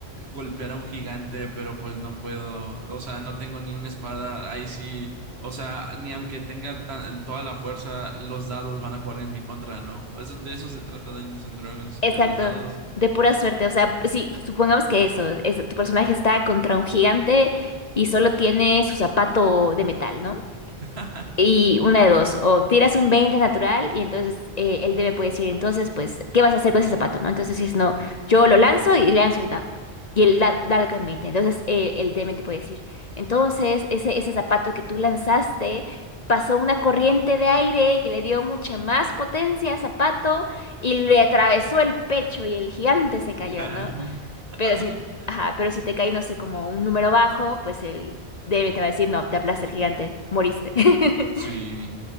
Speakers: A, on the right; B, on the left.
A: golpear a un gigante, pero pues no puedo, o sea, no tengo ni una espada, ahí sí, o sea, ni aunque tenga ta- toda la fuerza, los dados van a jugar en mi contra, ¿no? Eso, de eso se trata Dungeons and Dragons,
B: Exacto,
A: de los dados.
B: de pura suerte. O sea, sí, supongamos que eso, es- tu personaje está contra un gigante y solo tiene su zapato de metal, ¿no?
A: <laughs>
B: Y una de dos, o tiras un 20 natural y entonces eh, el DM puede decir, entonces, pues, ¿qué vas a hacer con ese zapato, no? Entonces dices, no, yo lo lanzo y le lanzo el dado. Y el dado, dado cae en 20. Entonces eh, el DM te puede decir, entonces ese, ese zapato que tú lanzaste pasó una corriente de aire que le dio mucha más potencia al zapato y le atravesó el pecho y el gigante se cayó,
A: Ya.
B: ¿no?
A: <laughs>
B: Pero si, ajá, pero si te cae, no sé, como un número bajo, pues el DM te va a decir, no, te aplasta el gigante, moriste. <laughs>
A: Sí.